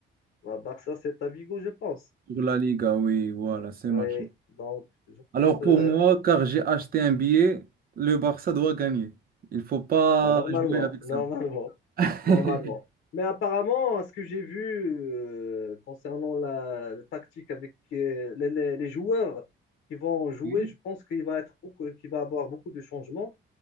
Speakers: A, on the left (about 65°); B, on the right (about 45°).
A: bah, Barça, c'est à Vigo, je pense.
B: Sur la Liga, oui, voilà, c'est
A: Oui,
B: match.
A: donc je
B: Alors
A: pense
B: pour
A: euh,
B: moi, car j'ai acheté un billet, le Barça doit gagner. Il faut pas
A: ah, normalement,
B: jouer avec
A: <laughs> normalement,
B: ça. <laughs>
A: normalement. Mais apparemment, ce que j'ai vu euh, concernant la, la tactique avec euh, les, les- les joueurs qui vont jouer,
B: Oui?
A: je pense qu'il va être beaucoup, qu'il va avoir beaucoup de changements.